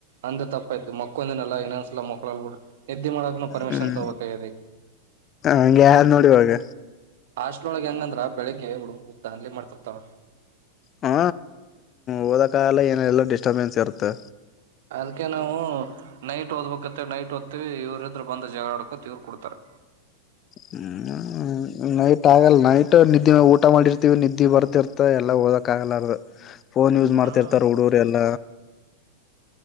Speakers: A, on the right; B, on the left.
A: ಅಂದ ತಪ್ಪಾಯಯ್ು ಮಕ್ಕೊಂದೇನಲ್ಲಾ ಇನ್ನೊಂದಸಲಾ ಮಕ್ಳು ಹೊಲ್ ಬಿಿ್ರರು ಎದ್ದಿ ಮಾಡಕ ನ ಪರ್ಮಿಷನ್
B: ಹ್ಮ್
A: ತಗೋಬೇಕಾಗಿದೆ
B: ಹಂಗೆ ಆದ್ ನೋಡಿ ಇವಾಗ
A: ಆಸ್ಟ್ರೋಳಗೆ ಹೆಂಗಂದ್ರ ಬೆಳಗ್ ಹುಡುಗರು ಅಲ್ಲಿ ಮಾಡ್ತಿರ್ತವ
B: ಹಾ ಹೋದ ಕಾಲ ಏನಲ್ಲ ಡಿಸ್ಟರ್ಬೆನ್ಸ್ ಇರುತ್ತೆ
A: ಅದಕ್ಕೆ ನಾವು ನೈಟ್ ಓದ್ಬೇಕತ್ತ ನೈಟ್ ಓ್ತವಿ ಇವ್ರ ಇದರು ಬಂದ ಜಗಳ ಆಡ್ಕೊ ಇವ್ ಕೊಡ್ತಾರೆ
B: ಹ್ಮ್ ನೈಟ್ ಆಗಲ್ಲ ನೈಟ್ ನಿದ್ದೆ ಊಟ ಮಾಡಿರ್ತೀವಿ ನಿದ್ದೆ ಬರ್ತಿರ್ತ ಎಲ್ಲ ಓದಕ್ಕ ಆಗಲ್ಲಾರ ಫೋನ್ ಯೂಸ್ ಮಾಡ್ತಿರ್ತಾರೆ
A: ಹ್ಮ್
B: ಹುಡುೋರೆ ಎಲ್ಲ